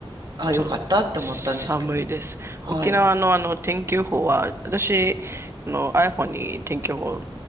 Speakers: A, on the right; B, on the right.
A: あ、
B: そう。
A: よかったって思ったんですけど。
B: 寒いです。
A: はい。
B: 沖縄のあの天気予報は、私、あの iPhone に天気予報入